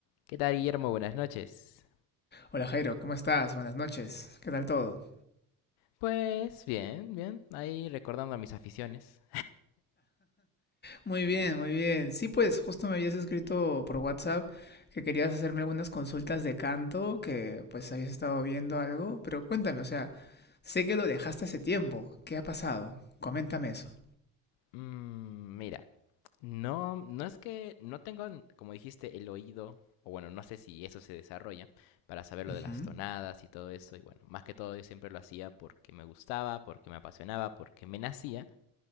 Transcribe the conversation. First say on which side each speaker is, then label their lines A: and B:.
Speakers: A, on the left; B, on the left.
A: ¿Qué tal, Guillermo? Buenas noches.
B: Hola Jairo, ¿cómo estás? Buenas noches. ¿Qué tal todo?
A: Pues bien, bien, ahí recordando mis aficiones.
B: Muy bien, muy bien. Sí, pues justo me habías escrito por WhatsApp que querías hacerme algunas consultas de canto, que pues habías estado viendo algo, pero cuéntame, o sea, sé que lo dejaste hace tiempo. ¿Qué ha pasado? Coméntame eso.
A: Mm, mira, no, no es que no tengo, como dijiste, el oído, o bueno, no sé si eso se desarrolla, para saber lo
B: Ujú.
A: de las tonadas y todo eso. Y bueno, más que todo yo siempre lo hacía porque me gustaba, porque me apasionaba, porque me nacía.